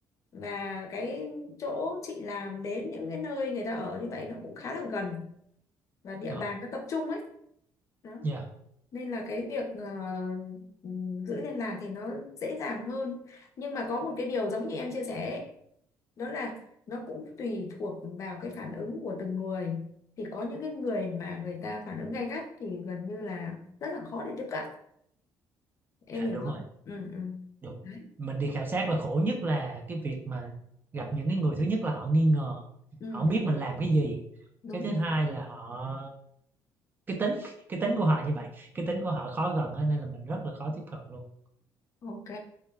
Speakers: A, on the left; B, on the right.
A: và cái chỗ chị làm đến những cái nơi người ta ở như vậy nó cũng khá là gần và địa
B: ngọt.
A: bàn nó tập trung ấy. Đó.
B: Dạ,
A: nên là cái việc ờ, ừm, giữ liên lạc thì nó dễ dàng hơn nhưng mà có một cái điều giống như em chia sẻ ấy, đó là nó cũng tùy thuộc vào cái phản ứng của từng người thì có những cái người mà người ta phản ứng gay gắt thì gần như là rất là khó để tiếp cận em
B: dạ
A: hiểu
B: đúng
A: không
B: rồi,
A: ừ ừ
B: đúng.
A: đấy
B: Mình đi khảo sát là khổ nhất là cái việc mà gặp những cái người thứ nhất là họ nghi ngờ,
A: ừ
B: họ không biết mình làm cái gì.
A: đúng
B: Cái thứ hai là họ cái tính, cái tính của họ như vậy, cái tính của họ khó gần á, nên là mình rất là khó tiếp cận luôn.
A: ok